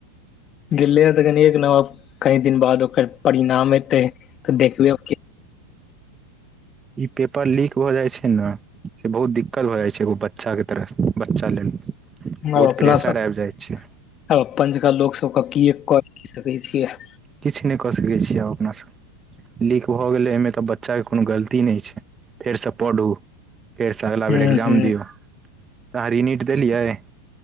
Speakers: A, on the left; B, on the right.
A: गले है तऽ <unintelligible> कनि दिन बाद ओकर परिणाम एते तऽ देखबे
B: ई पेपर लीक भ जाय छै ने से बहुत दिक्कत भ जाय छै एगो बच्च तरफ बच्चा लेल बहुत
A: आब अपना
B: प्रेेशर
A: सब
B: आबि जाइ छै
A: अपन जाना लोक सबके कए क सकै छियै
B: किछ नहि कऽ सकैत छी आब अपना सब लीक भऽ गेलै एहिमे तऽ बच्चाकेँ कोनो गलती नहि छै फेरसँ पढ़ू फेरसँ अगिला
A: हूँ
B: बेर एकग्जाम
A: हूँ
B: दियौ <inaudible> तऽ अहाँ रीनिट देलियै